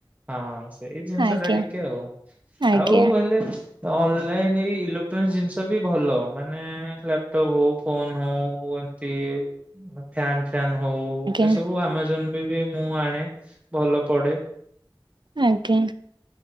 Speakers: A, on the right (about 15°); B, on the right (about 65°).
A: ହଁ ସେଇ ଜିନିଷ
B: ଆଜ୍ଞା
A: ଟା ଟିକେ ଆଉ
B: ଆଜ୍ଞା
A: ଆଉ ହେଲେ ଅନଲାଇନ ଏଇ ଜିନିଷ ବି ଭଲ ମାନେ ଲାପଟପ ହଉ ଫୋନ ହଉ ଏମତି ଫ୍ୟାନ୍ ଫା ହଉ
B: ଆଜ୍ଞା
A: ଏସବୁ ଆମାଜନ ବି ବି ମୁଁ ଆଣେ ଭଲ ପଢେ।
B: ଆଜ୍ଞା।